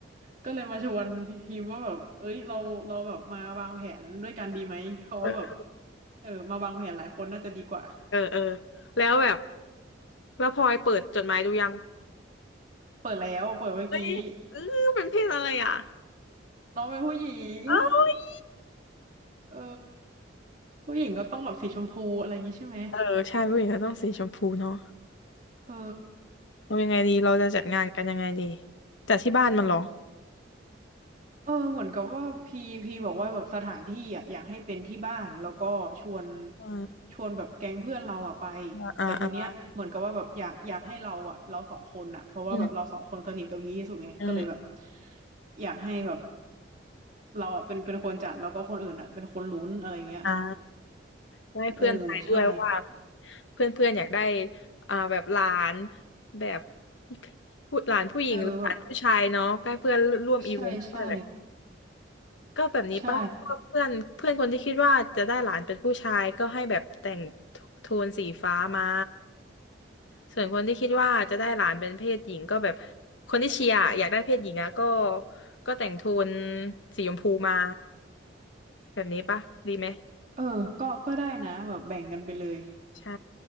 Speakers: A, on the right; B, on the left.
A: ก็เลยมาชวนพี่พิมพ์ว่าแบบเอ้ยเราเราแบบมาวางแผนด้วยกันดีไหมเพราะว่าแบบ
B: เออ
A: เออมาวางแผนหลายคนน่าจะดีกว่า
B: เออเออแล้วแบบ แล้วพลอยเปิดจดหมายดูยัง
A: เปิดแล้วเปิดเมื่อกี้
B: เอ้ยเออเป็นเพศอะไรอ่ะ
A: น้องเป็นผู้หญิง
B: เอ้ย
A: เออผู้หญิงก็ต้องแบบสีชมพูอะไรอย่างงี้ใช่ไหม
B: เออใช่ผู้หญิงก็ต้องสีชมพูเนาะ
A: เออ
B: เรายังไงดีเราจะจัดงานกันยังไงดีจัดที่บ้านมันเหรอ
A: เออเหมือนกับว่าพีพีบอกว่าแบบสถานที่อะอยากให้เป็นที่บ้านแล้วก็ชวน
B: อ่า
A: ชวนแบบแก๊งเพื่อนเราอะไป
B: อ่าอ่า
A: แต่ทีเนี้ยเหมือนกับว่าแบบอยากอยากให้เราอะเราสองคนอะเพราะว่าแบบเราสองคนสนิทกับพีที่สุดไงก็เลยแบบ
B: อืมอืม
A: อยากให้แบบเราอะเป็นเป็นคนจัดแล้วก็คนอื่นอะเป็นคนลุ้นอะไรเงี้ย
B: อ่าก็ให้เพื่อนทายด้วยว่า
A: เออใช่
B: เพื่อนเพื่อนอยากได้อ่าแบบหลานแบบผู้หลานผู้หญิงหรือหลานผู้ชายเนาะก็ให้เพื่อนร่วมอีเวนต์ไปแบบ
A: เออแบบใช่ใช่
B: ก็แบบนี้ป้าก็เพื่อนเพื่อนคนที่คิดว่าจะได้หลานเป็นผู้ชายก็ให้แบบแต่ง
A: ใช่
B: โทนสีฟ้ามาส่วนคนที่คิดว่าจะได้หลานเป็นเพศหญิงก็แบบคนที่เชียร์อยากได้เพศหญิงอะก็ก็แต่งโทนสีชมพูมาแบบนี้ปะดีไหม
A: เออก็ก็ได้นะแบบแบ่งกันไปเลย
B: ใช่